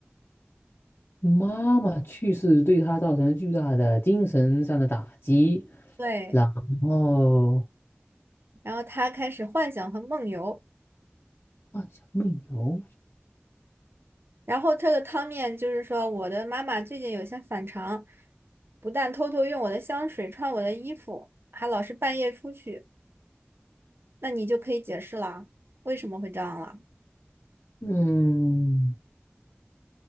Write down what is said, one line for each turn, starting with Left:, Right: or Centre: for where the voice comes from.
Left: 妈妈去世对他造成巨大的精神上的打击，
Right: 对，
Left: 然后。
Right: 然后他开始幻想和梦游，
Left: 啊，小梦游，
Right: 然后他的汤面就是说，我的妈妈最近有些反常，不但偷偷用我的香水、穿我的衣服，还老是半夜出去，那你就可以解释了，为什么会这样了？
Left: 嗯，